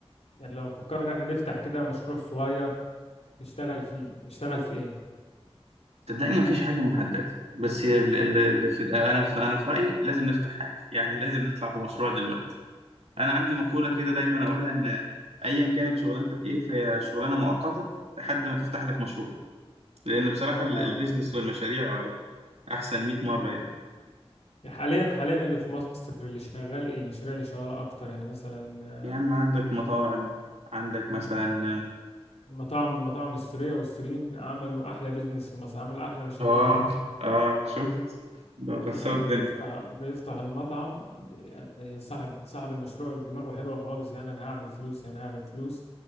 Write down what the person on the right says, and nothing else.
صدقني مفيش حاجة محددة بس هي ال- ال- اللي في انا في انا في رأيي لازم نفتح حاجة يعني لازم نطلع في مشروع دلوقتي انا عندي مقولة كده دايما اقولها ان ايا كانت شغلانتك ايه فهي شغلانة مؤقتة لحد ما تفتح لك مشروع لان بصراحة ال-
البيزنس والمشاريع احسن 100 مرة يعني
يا عم عندك مطاعم عندك مثلا
اه
اه شفت ده كسر
الدنيا